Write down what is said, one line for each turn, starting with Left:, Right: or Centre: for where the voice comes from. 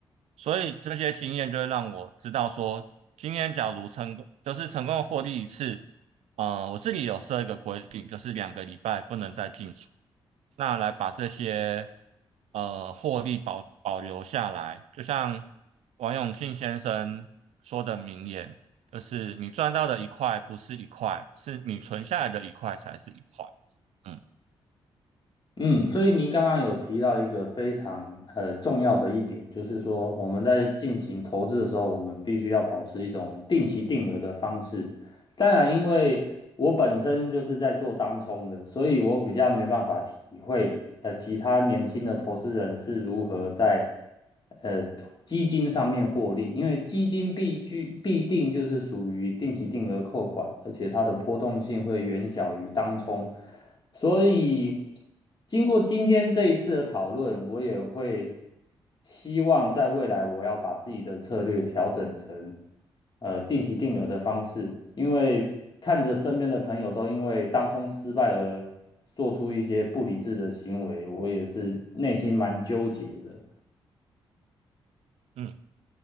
Right: 所以这些经验就会让我知道说，今天假如成功，就是成功的获利一次，呃，我自己有设一个规定，就是两个礼拜不能再进场，那来把这些呃获利保保留下来。就像王永庆先生说的名言，就是你赚到的一块不是一块，是你存下来的一块才是一块。嗯
Left: 嗯，所以您刚刚有提到一个非常呃重要的一点，就是说我们在进行投资的时候，我们必须要保持一种定期定额的方式。当然，因为我本身就是在做当冲的，所以我比较没办法体会呃其他年轻的投资人是如何在呃基金上面获利，因为基金必居必定就是属于定期定额扣款，而且它的波动性会远小于当冲。所以，经过今天这一次的讨论，我也会希望在未来我要把自己的策略调整成呃定期定额的方式，因为看着身边的朋友都因为当冲失败而做出一些不理智的行为，我也是内心蛮纠结的。
Right: 嗯。